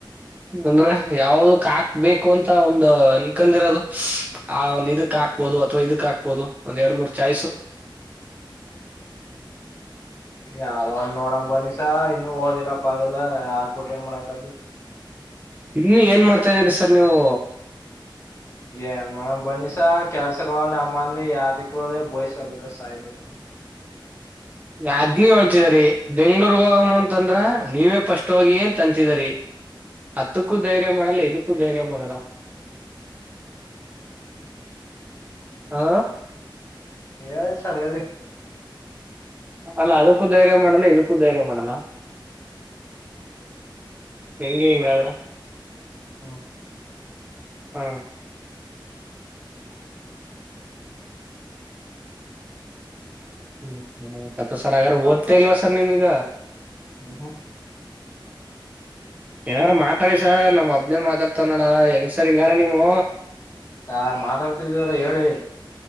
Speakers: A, on the right; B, on the left.
A: ಅಂದ್ರೆ ಯಾವದಕ್ ಹಾಕ್ಬೇಕು ಅಂತ ಒಂದ ಅನ್ಕಂದಿರದು ಆ ಒಂದ್ ಇದಕ್ ಹಾಕ್ಬೋದು ಅಥವಾ ಇದಕ್ ಹಾಕ್ಬೋದು ಒಂದ್ ಎರಡ್ ಮೂರ್ ಚಾಯ್ಸು <inaudible>
B: ಯಾವ್ದೋ ಒಂದ್ ನೋಡ ಬನಿಸ ಇನ್ನುೂ ಹೋಗಿಲ್ಲಪ್ಪ ಅಲ್ಲ ಹಾಕ್ಬಿಟ್ಟ ಏನ್ ಮಾಡೋಾಕದ್ದು
A: ಇನ್ನು ಏನ್ ಮಾಡ್ತಾ ಇದ್ದೀರಿ ಸರ್ ನೀವು
B: ಏನ್ ಮಾಡೇಡಮ್ ಬನಿಸ ಕೆಲ್ಸ ಮನ್ಲಿ ಯಾದಕ್ಕೆ ಒ ಬಯಸ್ಕಬೇಕ ಸಾಯ್ಬೇಕ ನ
A: ಅದ್ನೇ ಹೊಳ್ತಿದರಿ ಬೆಂಗ್ಳೂರ್ ಹೋಗ ಅಂತಂದ್ರ ನೀವೇ ಫಸ್ಟ್ ಹೋಗಿ ಏನ್ ಅಂತಿದರಿ ಹತ್ತಕ್ಕೂ ಧೈರ್ಯ ಮಾಡಲ್ಲ ಇದಕ್ಕೂ ಧೈರ್ಯ ಮಾಡದ ಹಾ
B: ಹೇಳಿ ಸರ್ ಹೇಳಿ
A: ಅಲ್ಲ ಅದಕ್ಕೂ ಧೈರ್ಯ ಮಾಡಲ್ಲ ಇದಕ್ಕೂ ಧೈರ್ಯ ಮಾಡಲ್ಲ
B: ಸರ್ದಾ
A: ಹೆಂಗಗೆ ಹೆಿಂಗಾದ್ರ
B: ಹ್ಮ
A: ಹ್ಮ ಹ್ಮ ಸರ್ ಹಾಗ್ರ ಓದ್ತಾ ಇಲ್ವಾ ಸರ್ ನಿಮ್ೀಗ
B: ಹ್ಮ್ ಹ್ಮ
A: ಯಾರ ಮಾತಾಡಿಸರ್ ನಾವ್ ಒಬ್ಬನೇ ಮಾತಾಡ್ತವ್ಡ ಹೆಂಗ್ ಸರ್ ಹಿಂಗಾರ ನೀವು
B: ನಾ ಮಾತಾಡ್ತಿದ್ದೀವಲ್ಲ ಹೇಳಿ